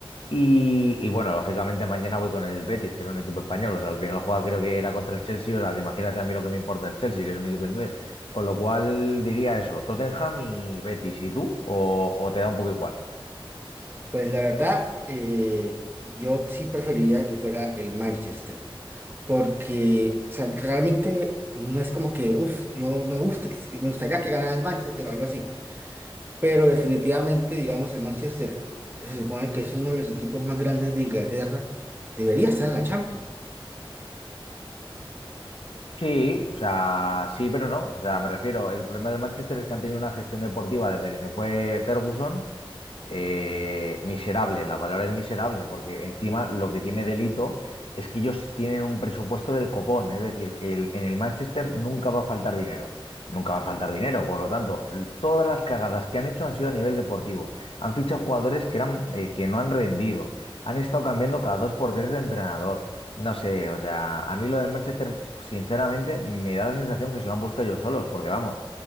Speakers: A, on the left; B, on the right.
A: Y, y, bueno, lógicamente mañana voy con el Betis, que es un equipo español. O sea, al final juega creo que era contra el Chelsea, o sea, que imagínate a mí lo que me importa el Chelsea, que es un equipo inglés. Con lo cual diría eso, Tottenham y Betis, ¿y tú? ¿O, o te da un poco igual?
B: Pues la verdad, eh, yo sí preferiría que fuera el Manchester, porque, o sea, realmente no es como que, uff, yo me gusta, es que me gustaría que ganara el Manchester o algo así. Pero definitivamente, digamos, el Manchester se supone que es uno de los equipos más grandes de Inglaterra. Debería estar en la Champions.
A: Sí, o sea, sí, pero no. O sea, me refiero, el problema del Manchester es que han tenido una gestión deportiva desde que se fue Ferguson eh, miserable, la palabra es miserable, porque encima lo que tiene delito es que ellos tienen un presupuesto del copón, es decir, el- en el Manchester nunca va a faltar dinero, nunca va a faltar dinero, por lo tanto, l- todas las cagadas que han hecho han sido a nivel deportivo, han fichado jugadores que, eran, eh, que no han rendido, han estado cambiando cada dos por tres de entrenador. No sé, o sea, a mí lo del Manchester, sinceramente, me da la sensación que se lo han buscado ellos solos, porque vamos,